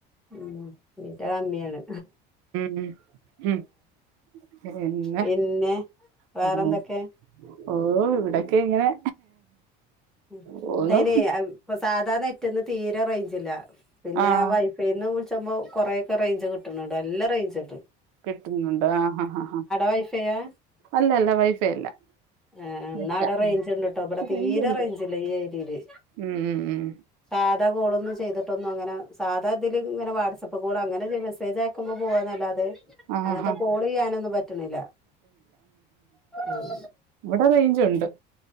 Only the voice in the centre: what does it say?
ഉമ്‌തിറ്റകമ്മിയാണ്
പിന്നെ വേറെന്തൊക്കെ
ഉം
ഐയില് ഇപ്പൊ സാധാ നെറ്റിന്ന് തീരെ റേയ്ഞ്ചില്ല പിന്നെ
ആ വൈഫ് - പിന്ന് വിള്ച്ചപ്പോ കുറെക്കെ റേഞ്ച് കിട്ടണ് ണ്ട് നല്ല റേഞ്ച്ണ്ട്.
വൈഫൈയാ
ഏഹ് എന്നാ
അവടെ റേഞ്ച്
ഇണ്ട് ട്ടോ ഇവടെ തീരെ
റേഞ്ചില്ല ഈ ഏരില്
സാധാ കോളൊന്നും ചെയ്തിട്ടൊന്നും അങ്ങനെ സാധാ ഇതില് ഇങ്ങനെ വാട്സപ്പ് കോള് അങ്ങനല്ലേ മെസ്സേജ് ക്കുമ്പോ പോവാന്നല്ലാതെ
അങ്ങനത്തെ
കോള് ചെയ്യാനൊന്നും പറ്റണില്ല ഉം